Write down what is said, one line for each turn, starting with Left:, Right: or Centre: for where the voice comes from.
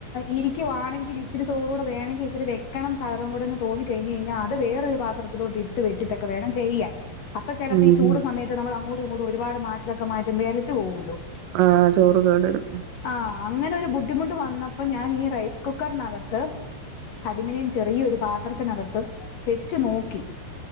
Left: ഇരി ക്കവാണെങ്കിൽ ഇച്ചിരി ചോറൂ വേമെങ്കിൽ ഇച്ചരി വെക്കണം സകലകൂടെ എന്ന് തോന്നി കഴിഞ്ഞ് കഴിഞ്ഞാ അത് വേറൊരു പാത്രത്തിൽ. ഇട്ട് വെച്ചിട്ടൊക്കെ വേണം ചെയ്യൻ. അപ്പൊ ചിലപ്പോ
Right: ഉം.
Left: ഈ ചൂട് സമയത്ത് നമ്മൾ അങ്ങോട്ടുങ്ങട്ടും ഒരുപാട് മാറ്റിലൊെ പോകല്ലോ
Right: ആഹ് ചോറ് കേടരും.
Left: ആഹ അങ്ങനെ ഒരു ബുദ്ധിമുട്ട് വന്നപ്പോ ഞാൻ ഈ റൈസ് കുക്കറിനകത്ത് അല്മിനിയും ചെറിയൊരു പാത്രത്തിനകത്ത് വെച്ചു നോക്കി